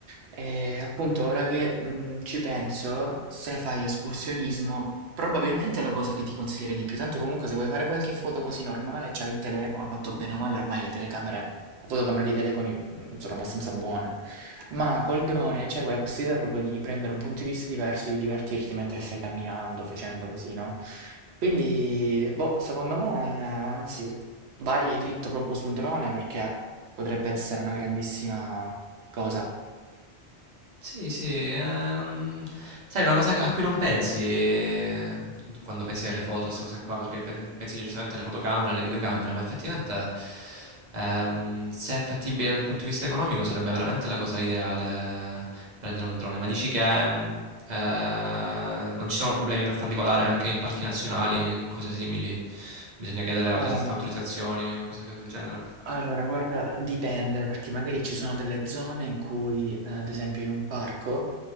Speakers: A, on the right; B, on the right.
A: E appunto, ora che mm, ci penso, se fai escursionismo, probabilmente è la cosa che ti consiglierei di più. Tanto comunque se vuoi fare qualche foto così normale, c'hai il telefono, tanto bene o male, ormai le telecamere fotocamere dei telefoni, mhmm, sono abbastanza buone, ma col drone c'hai quella possibilità proprio di prendere un punto di vista diverso, di divertirti mentre stai camminando, facendo così, no, quindi boh, secondo me anzi, vai dritto proprio sul drone perché potrebbe essere una grandissima cosa.
B: Sì, sì, eh, non- sai, una cosa a cui non pensi eh, quando pensi alle foto, queste cose qua, perché pe- pensi giustamente alle fotocamere, alle videocamere, ma effettivamente ehm, se è fattibile dal punto di vista economico sarebbe veramente la cosa ideale eh, prendere un drone, ma dici che ehm, eh, non ci sono problemi per farli volare anche in parchi nazionali, in cose simili, bisogna chiedere
A: Uhm
B: autorizza- autorizzazioni o cose del genere?
A: Allora, guarda, dipende, perché magari ci sono delle zone in cui, eh, ad esempio in un parco,